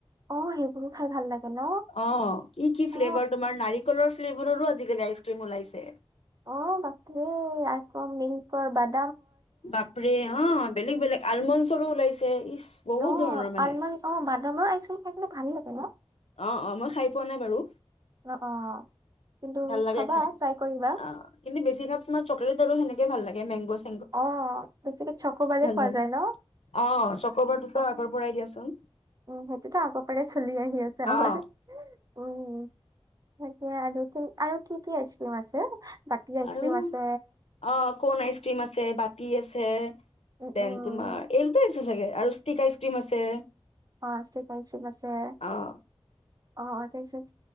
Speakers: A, on the right; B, on the left.
A: অহ সেইবোৰো খাই ভাল লাগে। ন
B: অহ কি কি
A: অ
B: ফ্লেভাৰ তোমাৰ নাৰিকলৰ ফ্লেভাৰৰো আজিকালি আইচক্ৰীম ওলাইছে।
A: অহ বাকী আক লিংকৰ বাদ
B: বাপৰে অহ বেলেগ বেলেগ আলমণ্ডছৰো ওলাইছে। ইচ বহুত
A: অহ
B: ধৰণৰ মানে
A: আলমন অ বাদামৰ আইচক্ৰীম খাই কিন্তু ভাল লাগে ন?
B: অহ অহ মই খাই পোৱা নাই বাৰু।
A: অ অ কিন্তু
B: ভাল লাগে
A: খাবা
B: খাই
A: ট্ৰাই কৰিবা
B: অহ ইনে বেছিভাগ তোমাৰ চকলেট আৰু সেনেকে <unintelligible> ভাল লাগে মেংগছ
A: অ বেছিকে চকু বাৰে খোৱা
B: লাগে
A: যায় ন?
B: অ চকবাৰটোতো
A: <inaudible>
B: আগৰ পৰাই দিয়াচোন
A: সেইটোতো আগৰ পাৰ চলি আহ। আহি আছে আমাৰ।
B: অ
A: উম তাকে আৰু কি আৰু কি কি আইচক্ৰীম আছে? বাকী আইচক্ৰীম
B: আৰু
A: আছে
B: অ কোন আইচক্ৰীম আছে। কি আছে।
A: উম
B: দেন
A: উম
B: তোমাৰ এই দুটাই আছে চাগে। আৰু ষ্টিক আইচ ক্ৰীম আছে।
A: অ ষ্টিক আইচ ক্ৰীম আছে।
B: অ
A: অ <unintelligible>